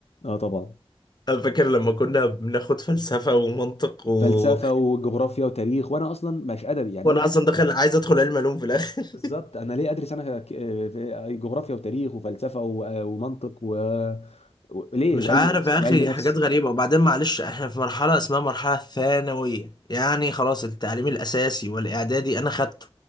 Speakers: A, on the left; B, on the left.
A: اه طبعا
B: أنا فاكر لما كنا بناخد فلسفه ومنطق و...
A: فلسفه وجغرافيا وتاريخ وانا اصلا مش ادبي يعني
B: وانا
A: انا عايز
B: اصلا داخل عايز ادخل علم علوم في الاخر
A: بالظبط
B: <laughs>
A: انا ليه ادرس انا ك- آه، في جغرافيا وتاريخ وفلسفه و- آه، ومنطق و... و... ليه
B: مش
A: وعلم
B: عارف
A: نفس
B: يا
A: وعلم
B: اخي
A: نفس
B: حاجات غريبه وبعدين معلش احنا في مرحله اسمها مرحله ثانويه يعني خلاص التعليم الاساسي والاعدادي انا خدته